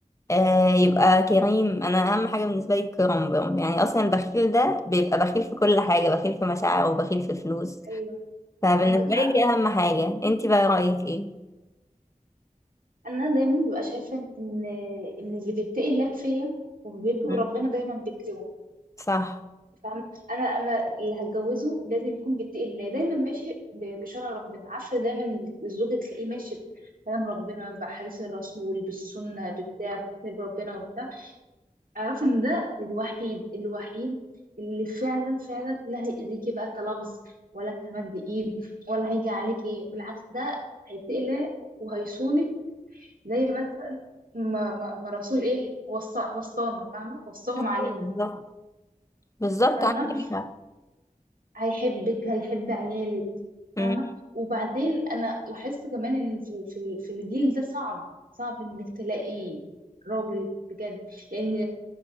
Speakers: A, on the left; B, on the right.
A: آه يبقى كريم انا اهم حاجه بالنسبه لي الكرم برم يعني اصلا البخيل ده بيبقى بخيل في كل حاجه بخيل في مشاعره وبخيل في فلوس
B: ايوه
A: فبالنسبه
B: عندك حق
A: لي دي اهم حاجه انتي بقى رايك ايه
B: انا دايما ببقى شايفه ان ان اللي بيتقي الله فيا وفي بيته
A: مم.
B: ربنا دايما بيكرمه
A: صح
B: فاهمة انا انا اللي هتجوزه لازم يكون بيتقي الله، دايما ماشي ب- بشرع ربنا عارفة دايما الزوج تلاقيه ماشي بكلام ربنا بحديث الرسول بالسنة بتاع بكتاب ربنا وبتاع اعرف ان ده الوحيد الوحيد اللي فعلا فعلا لا هيأذيكي بقى كلفظ ولا كمد ايد ولا هيجي عليكي بالعكس ده هيتقي الله وهيصونك زي مثلا ما, ما, ما الرسول ايه وصى وصانا فاهمة وصاهم
A: بالظبط
B: علينا
A: بالظبط
B: فاهمة
A: عندك حق
B: هيحبك هيحب عيالك
A: مم.
B: فاهمة وبعدين أنا لاحظت كمان إن في في في الجيل ده صعب صعب إنك تلاقي راجل بجد لأن